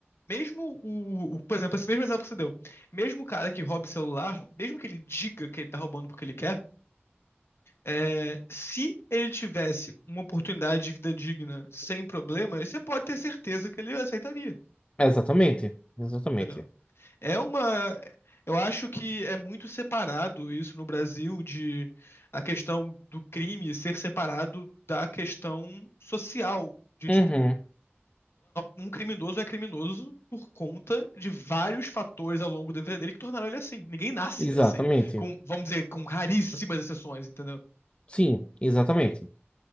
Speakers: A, on the left; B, on the left.
A: Mesmo o, o- Por exemplo, esse mesmo exemplo que você deu. Mesmo o cara que rouba o celular, mesmo que ele diga que ele tá roubando porque ele quer, é, se ele tivesse uma oportunidade de vida digna sem problemas, você pode ter certeza que ele aceitaria.
B: Exatamente, exatamente.
A: Entendeu? É uma. Eu acho que é muito separado isso no Brasil de a questão do crime ser separado da questão social. De
B: Uhum,
A: tipo, um criminoso é criminoso por conta de vários fatores ao longo da vida dele que tornaram ele assim. Ninguém nasce
B: exatamente.
A: assim, com, vamos dizer, com raríssimas exceções, entendeu?
B: Sim, exatamente.